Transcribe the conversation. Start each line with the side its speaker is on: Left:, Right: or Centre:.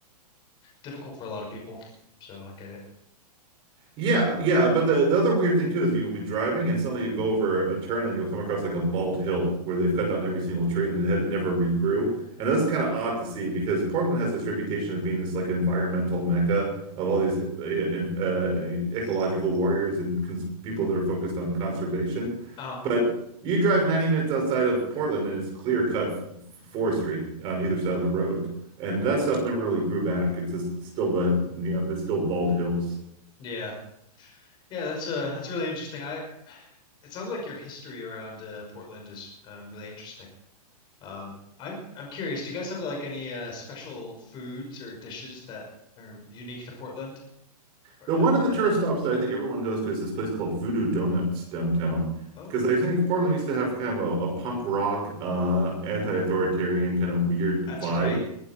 Left: difficult for a lot of people. So I get it.
Right: Yeah, yeah, but the the other weird thing too is you'll be driving and suddenly you go over a turn and you'll come across like a bald hill where they've cut down every single tree and it had never regrew. And that's kind of odd to see because Portland has this reputation of being this like environmental mecca of all these uh, in- uh, ecological warriors and cons people that are focused on conservation.
Left: Uh,
Right: But you drive 90 minutes outside of Portland and it's clear cut f- forestry on either side of the road. And that stuff never really grew back. It's just still the, you know, it's still bald hills.
Left: yeah. Yeah, that's uh that's really interesting. I it sounds like your history around uh, Portland is um, really interesting. Um, I'm I'm curious, do you guys have like any uh, special foods or dishes that are unique to Portland or
Right: The
Left: that
Right: one
Left: are
Right: of
Left: really
Right: the tourist
Left: good?
Right: stops that I think everyone goes to is this place called Voodoo Donuts downtown.
Left: Oh,
Right: Because I think Portland used to have kind of a, a punk rock, uh, anti-authoritarian kind of weird
Left: that's
Right: vibe.
Left: right.